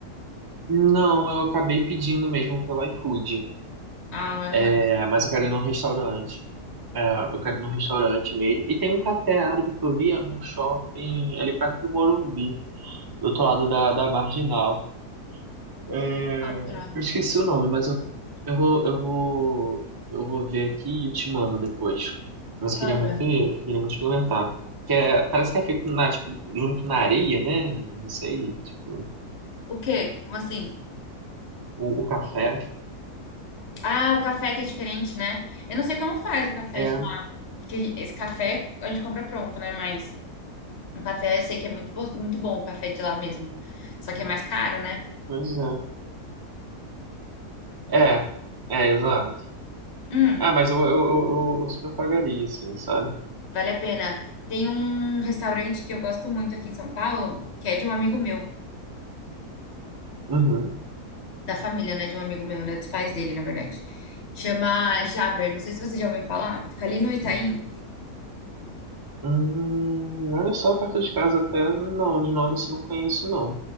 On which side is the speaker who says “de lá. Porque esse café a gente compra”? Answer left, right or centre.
Left